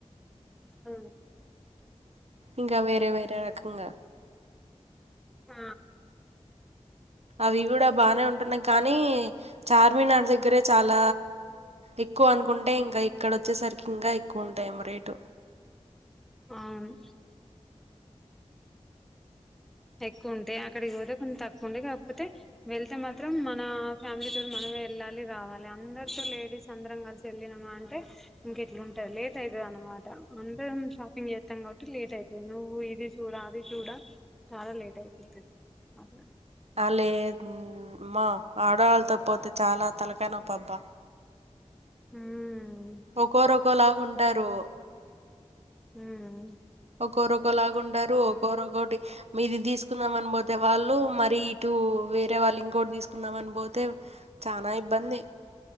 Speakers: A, in the centre; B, on the right.
A: హ
B: ఇంక వేరే వేరే రకంగా
A: ఆ
B: అవి కూడ బానే ఉంటన్నాయి కానీ చార్మినార్ దగ్గరే చాల ఎక్కువ అనుకుంటే ఇంకా ఇక్కడ వచ్చేసరికి ఇంకా ఎక్కువ ఉంటాయమో రేటు
A: అవున్ ఎక్కువ ఉంటే అక్కడికి పోతే కొన్ని తక్కువ ఉంటే కాకపోతే వెళ్తే మాత్రం మన ఫ్యామిలీతోని మనమే వెళ్ళాలి రావాలి అందరితో లేడీస్ అందరం కలిసి వెల్లినమా అంటే ఇంకెట్లుంటారు లేట్ అయితది అనమాట అంటే షాపింగ్ చేత్తాం కాబట్టి లేట్ అయితది నువ్వు ఇది చూడ అది చూడ చాలా లేట్ అయిపోతది అది
B: అ లేదు మా ఆడవాళ్ళతో పోతే చాలా తలకాయనొప్పబ్బా
A: హ్మ్
B: ఒక్కోరు ఒక్కోలాగ ఉంటారు
A: హ్మ్
B: ఒక్కోరు ఒక్కోలాగా ఉండరు ఒక్కోరు ఒక్కోటి మీది తీసుకుందాం అని పోతే వాళ్ళు మరి ఇటు వేరే వాళ్ళు ఇంకోటి తీసుకుందాం అని పోతే చానా ఇబ్బంది